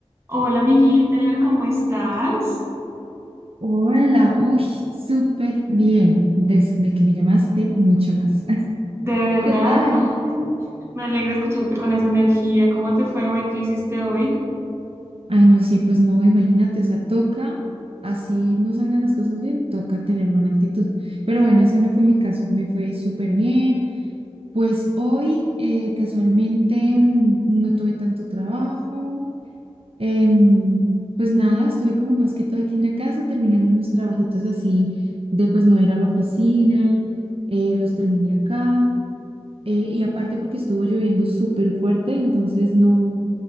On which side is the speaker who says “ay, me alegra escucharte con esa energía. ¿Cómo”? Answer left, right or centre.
Right